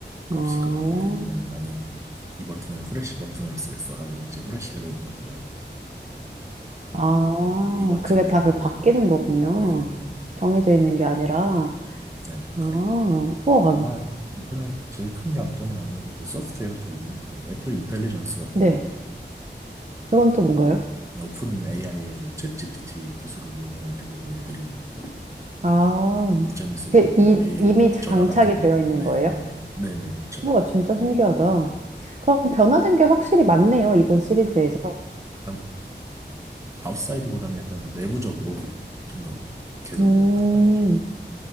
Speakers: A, on the right; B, on the right.
A: 그럴
B: 아,
A: 수 있거든요. 뭐 예를 들면은 나는 이 버튼을 후레쉬 버튼으로 쓰겠어 하면 이제 후레쉬가 되는 거고요.
B: 아,
A: 뭐 이 버튼을
B: 그게 다 그
A: 뭐
B: 바뀌는 거군요.
A: 네네네네.
B: 정해져 있는 게 아니라.
A: 네네.
B: 아,
A: 그리고
B: 우와.
A: 아마 이번에 제일 큰 장점은 아무래도 그 소프트웨어 쪽인데 그 애플 인텔리전스라고
B: 네.
A: 이렇게
B: 그건 또 뭔가요?
A: 뭐 오픈 AI의 뭐 챗GPT 기술을 이용해가지고 얘들이 뭐
B: 아,
A: 문자 메시지,
B: 그
A: 뭐
B: 이,
A: 메일,
B: 이미 장착이
A: 전화 같은
B: 되어 있는
A: 네네네
B: 거예요?
A: 네네 그쵸.
B: 우와, 진짜 신기하다. 그럼 변화된 게 확실히 많네요, 이번 시리즈에서.
A: 약간 아웃사이드보다는 약간 내부적으로 좀 더 개선이
B: 음,
A: 되었다고 봐야죠.